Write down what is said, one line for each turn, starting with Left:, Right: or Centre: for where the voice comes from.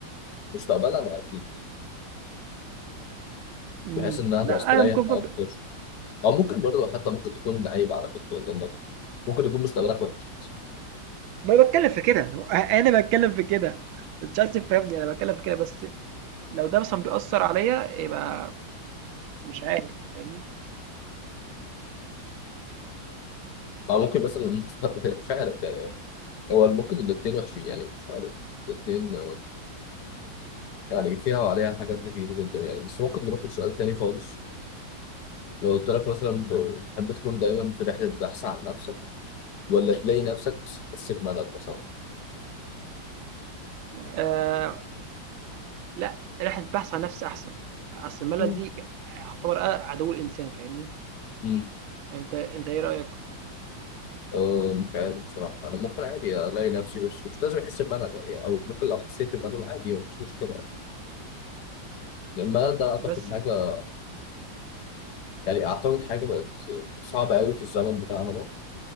Left: مستقبلا انا اكيد
Right: مم.
Left: بحيث ان انا هقدر
Right: لا
Left: استريح
Right: انا ممكن برضه
Left: اكتر او ممكن برضه حتى ممكن تكون عيب على فكره لانك ممكن يكون مستقبلك وحش مثلا
Right: ما بتكلم في كده انا بتكلم في كده مش عايز تفهمني انا بتكلم في كده بس لو ده مثلا بيأثر عليا يبقى مش عارف فاهمني
Left: او ممكن مثلا المستقبل مش عارف يعني هو ممكن الاثنين وحشين يعني مش عارف الاثنين يعني فيها وعليها حاجات كتير جدا يعني بس ممكن نروح لسؤال تاني خالص لو قلت لك مثلا ت- تحب تكون دايما في رحلة بحث عن نفسك ولا تلاقي نفسك بس تحس بملل مثلا
Right: آه، لأ، رحلة بحث عن نفس أحسن، أصل الملل
Left: مم.
Right: دي يعتبر أ عدو الإنسان فاهمني،
Left: مم.
Right: أنت أنت إيه رأيك؟
Left: أه مش عارف بصراحة أنا ممكن عادي ألاقي نفسي بس مش لازم أحس بملل يعني أو ممكن لو حسيت بملل عادي مفيش مشكلة يعني الملل ده أعتقد
Right: بس
Left: حاجة
Right: ف
Left: يعني أعتقد حاجة بقت صعبة أوي في الزمن بتاعنا ده